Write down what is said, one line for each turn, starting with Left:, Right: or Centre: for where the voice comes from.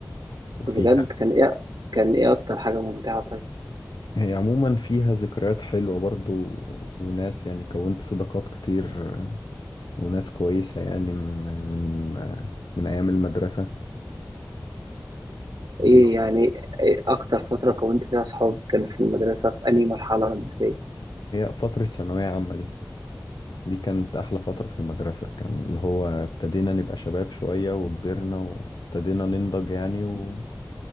Left: وفيها
Right: بجد كان ايه كان ايه أكتر حاجة ممتعة طيب
Left: هي عموما فيها ذكريات حلوة برضو وناس يعني كونت صداقات كتير آه، وناس كويسة يعني م- من آه، من أيام المدرسة وهي
Right: ايه يعني إيه أكتر فترة كونت فيها صحاب كان في المدرسة في أنهي مرحلة مدرسية
Left: فترة ثانوية عامة دي دي كانت أحلى فترة في المدرسة كان اللي هو ابتدينا نبقى شباب شوية وكبرنا وابتدينا ننضج يعني و...